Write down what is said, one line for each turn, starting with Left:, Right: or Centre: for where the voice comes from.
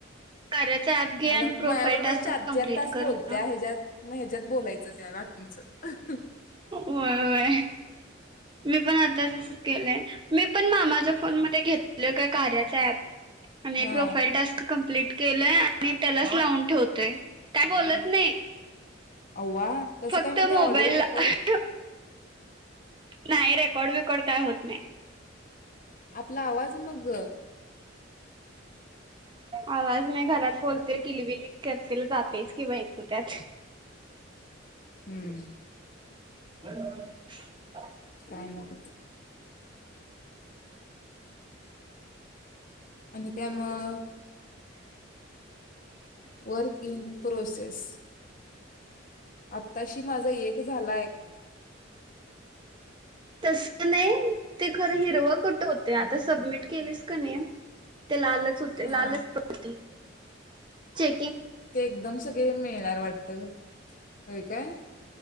Right: कार्याच ऍप घे
Left: मला
Right: आणि प्रोफाईल
Left: मायाबरोबर
Right: टास्क
Left: चार
Right: कंप्लीट
Left: चार तास
Right: कर
Left: बोलतिया,
Right: म्हणाव
Left: ह्याच्यात म ह्याच्यात बोलाय ज त्या वाटणीचं अहं
Right: व्हय व्हय, मी पणं आता तसचं केलंय. मी पण मामाच या फोनमध्ये घेतलं का कार्याचा ॲप आणि
Left: हा
Right: प्रोफाईल टास्क कम्प्लिट केलयं आणि त्यालाच लावून ठेवतयं, काय बोलतं नई.
Left: अव्वा कसं
Right: फक्त
Left: काय मग ते
Right: मोबाईलला
Left: ऑडिओ रेकॉर्ड
Right: अहं ठेव नाही रेकॉर्ड बिकॉर्ड काय होत नाही.
Left: आपला आवाज मग
Right: आवाज मी घरात बोलते किलबली करतील जातंयच कि बाई ऐकू त्यात <inaudible>
Left: हं
Right: <unintelligible>
Left: काय नको? आणि त्या म मग वर्क इन प्रोसेस अप आताशी माझा एक झालाय.
Right: तस नाही ते खरं हिरव कुटं होतय, आता सबमिट केलीस की नाही. ते लालच होते
Left: हा
Right: लालचं पट्टी. चे
Left: ते एकदम सगळे मिळणार वाटतं. व्हयं कायं?